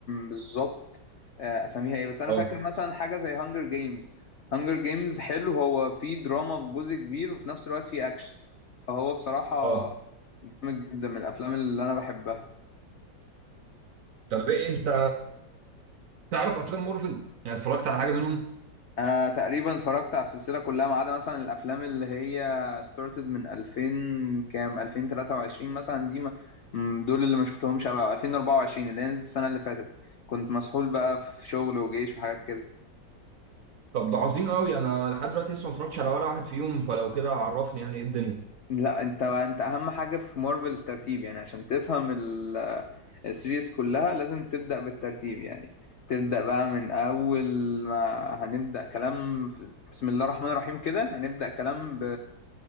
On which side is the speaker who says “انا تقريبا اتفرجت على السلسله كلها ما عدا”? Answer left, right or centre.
Left